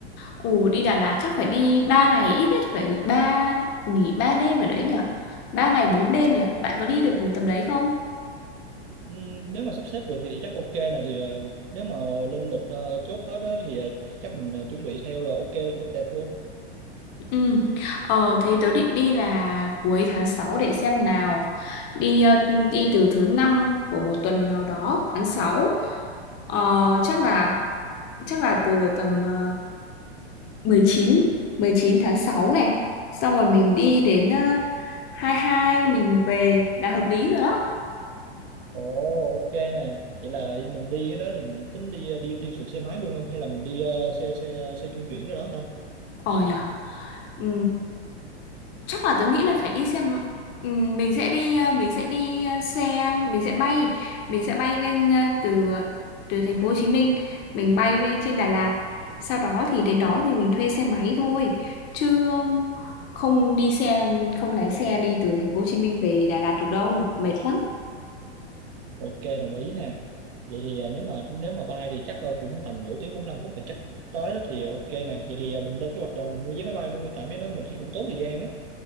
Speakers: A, on the left; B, on the right.
A: Ồ, đi Đà Lạt chắc phải đi 3 ngày ít nhất phải ba nghỉ 3 đêm ở đấy nhỉ? 3 ngày 4 đêm nhỉ? Bạn có đi được tầm đấy không?
B: Ừ, nếu mà sắp xếp được thì chắc ok nè thì ờ, nếu mà lên lịch ờ, chốt hết á, thì ờ, chắc mình ờ, chuẩn bị theo là ok đẹp luôn
A: Ừ. Ờ, thế tớ định đi là cuối tháng sáu để xem nào. Đi ờ, đi từ thứ năm của một tuần nào đó, tháng sáu Ờ, chắc là chắc là từ tầm ờ, 19 19 tháng 6 này. Xong rồi mình đi đến uh, 22 mình về là hợp lý rồi đó.
B: ồ ok nè vậy là mình đi đó thì mình tính đi ờ, đi đi phượt xe máy luôn không hay là mình đi ờ, xe xe xe trung chuyển rồi đó ta
A: Ờ nhở. Ừ. chắc là tớ nghĩ là phải đi xem ừm, mình sẽ đi ờ, mình sẽ đi ờ, xe mình sẽ bay mình sẽ bay lên ờ, từ ờ, từ thành phố Hồ Chí Minh mình bay lên trên Đà Lạt sau đó thì đến đó thì mình thuê xe máy thôi chứ không đi xe không lái xe đi từ thành phố Hồ Chí Minh về Đà Lạt được đâu mệt lắm
B: ok đồng ý nè vậy thì ờ, nếu mà nếu mà bay thì chắc ờ, cũng tầm nửa tiếng 45 phút thì chắc tới đó thì ok nè vậy thì ờ, mình lên kế hoạch đời mình mua vé máy bay luôn đi tại mấy đó mình thấy cũng tốn thời gian á